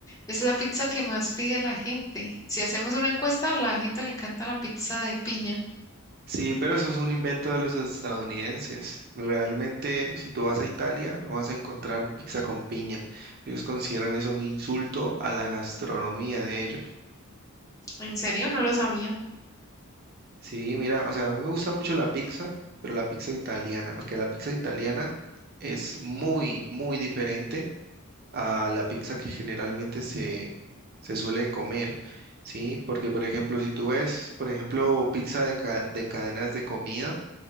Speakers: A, on the left; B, on the right.
A: Es la pizza que más pide la gente. Si hacemos una encuesta, a la gente le encanta la pizza de piña.
B: Sí, pero eso es un invento de los estadounidenses. Realmente, si tú vas a Italia, no vas a encontrar pizza con piña. Ellos consideran eso un insulto a la gastronomía de ellos.
A: ¿En serio? No lo sabía.
B: Sí, mira, o sea, a mí me gusta mucho la pizza, pero la pizza italiana, porque la pizza italiana es muy, muy diferente a la pizza que generalmente se, se suele comer. Sí, porque por ejemplo, si tú ves, por ejemplo, pizza de, ca- de cadenas de comida,